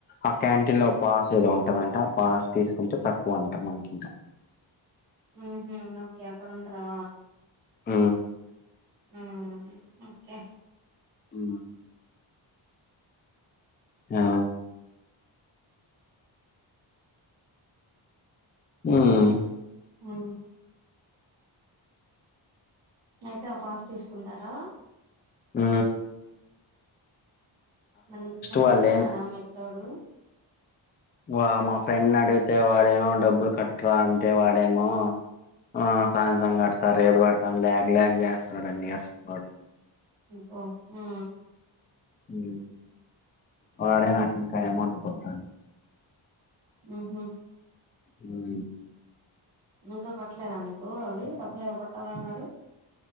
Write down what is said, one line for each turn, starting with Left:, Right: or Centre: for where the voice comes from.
Left: ఆ క్యాంటీన్ లో పాస్ ఏదో ఉంటందంట. ఆ పాస్ తీసుకుంటే తక్కువ అంట మనకి ఇంకా,
Right: ఉహు ఓకే అక్కడ ఉంటందా.
Left: ఊ
Right: ఆ ఓకే
Left: ఉ ఆ ఉహు
Right: ఆ అయితే ఆ పాస్ తీసుకుంటారా,
Left: ఊ
Right: మన మీ ఫ్రెండ్
Left: వాళ్ళేం
Right: వస్తున్నాడా మీకు తోడు,
Left: వా మా ఫ్రెండ్ అడిగితే వాడేమో. డబ్బులు కట్టరా అంటే వాడేమో. ఆ సాయంత్రం కడతా రేపు కడతాను. లాగ్ లాగ్ చేస్తున్నాడండి అసలు వాడు,
Right: పో ఉహు
Left: హు వాడే నాకు ఇంకా అమౌంట్ కొట్ట
Right: ఉహు
Left: హు
Right: నుతో కొట్టలేదా మీకు అవి డబ్బులు ఎవో కొట్టాలి అన్నారు